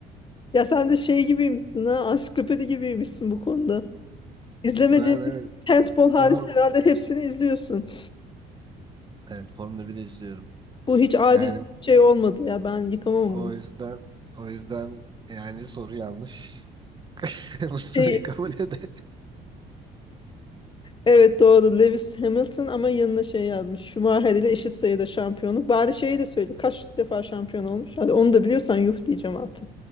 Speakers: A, on the left; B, on the right.
A: Ya sen de şey gibiymişsin ha, ansiklopedi gibiymişsin bu konuda. İzlemediğin
B: Ben evet.
A: bir handball hariç
B: Ben
A: herhalde hepsini izliyorsun.
B: evet Formula 1 izliyorum.
A: Bu hiç adil
B: Yani
A: bir şey olmadı ya. Ben yıkamam
B: o
A: bu.
B: yüzden o yüzden yani soru yanlış. <laughs> Bu soruyu
A: Şey,
B: kabul eder.
A: Evet doğru. Lewis Hamilton ama yanına şey yazmış. Schumacher ile eşit sayıda şampiyonluk. Bari şeyi de söyle. Kaç defa şampiyon olmuş? Hadi onu da biliyorsan yuh diyeceğim artık.